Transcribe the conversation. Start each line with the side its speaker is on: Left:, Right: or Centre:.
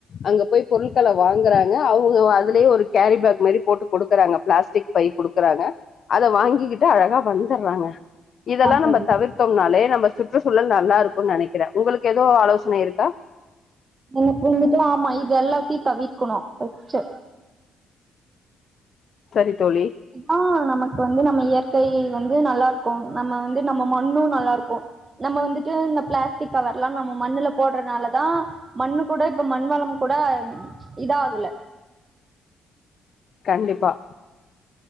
Left: அங்க போய் பொருட்களை வாங்குறாங்க அவங்க அதுலயே ஒரு கேரி பேக் மாரி போட்டு குடுக்குறாங்க பிளாஸ்டிக் பை குடுக்குறாங்க அத வாங்கிக்கிட்டு அழகா வந்துடுறாங்க இதெல்லா நம்ம
Right: தோழி
Left: தவிர்த்தோம்னாலே நம்ம சுற்றுச்சூழல் நல்லாருக்கு நெனைக்கிறே உங்களுக்கு ஏதோ ஆலோசனை இருக்கா
Right: எனக்கு வந்துட்டு ஆமா இது எல்லாத்தையு தவிர்க்கணு பஷ்ட்டு
Left: சரி தோழி
Right: ஆஹ் நமக்கு வந்து நம்ம இயற்கை வந்து நல்லாருக்கு நம்ம வந்து நம்ம மண்ணு நல்லா இருக்கு நம்ம வந்துட்டு இந்த பிளாஸ்டிக் கவர் எல்லா நம்ம மண்ணுல போடுறதுனாலதா மண்ணு கூட இப்ப மண் வள கூட இதாகல
Left: கண்டிப்பா